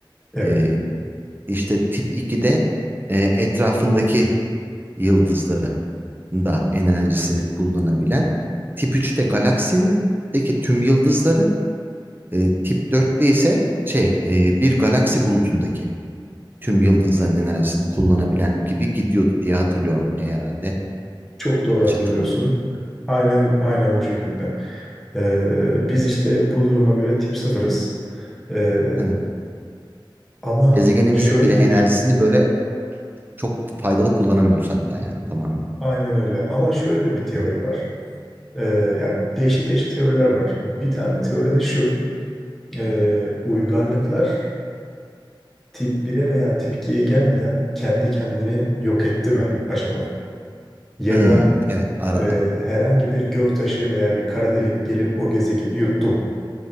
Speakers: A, in the centre; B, on the right.
A: Evet.
B: e, İşte tip 2'de e, etrafındaki yıldızları da enerjisini kullanabilen. Tip 3'te galaksideki tüm yıldızları, e, tip 4'te ise şey e, bir galaksi bulutundaki tüm yıldızların enerjisini kullanabilen gibi gidiyordu diye hatırlıyorum e, herhalde.
A: Çok doğru
B: Yanlış
A: hatırlıyorsun.
B: hatırlamıyorum.
A: Aynen aynen bu şekilde. Ee, biz işte bu duruma göre tip sıfırız. Ee,
B: Evet.
A: ama
B: Gezegenimizin
A: şöyle
B: bile enerjisini
A: de bir
B: böyle çok faydalı kullanamıyoruz hatta yani tamamıyla.
A: aynen öyle ama şöyle de bir teori
B: Hı.
A: var. Ee, yani değişik değişik teoriler var. Bir tane teoride şu. ee, uygarlıklar tip bir'e veya tip 2'ye gelmeden kendi kendini yok etti mi acaba? Ya
B: Hmm,
A: da
B: evet arada.
A: ee, herhangi bir göktaşı veya bir kara delik gelip o gezegeni yuttu mu?